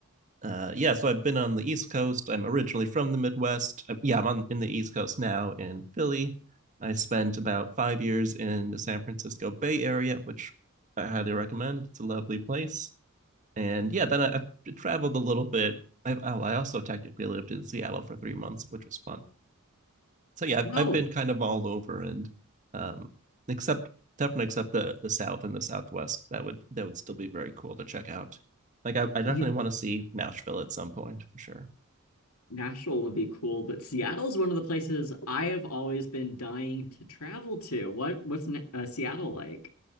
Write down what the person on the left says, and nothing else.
Well,
you,
Nashville would be cool, but Seattle's one of the places I have always been dying to travel to. What what's Ne- uh, Seattle like?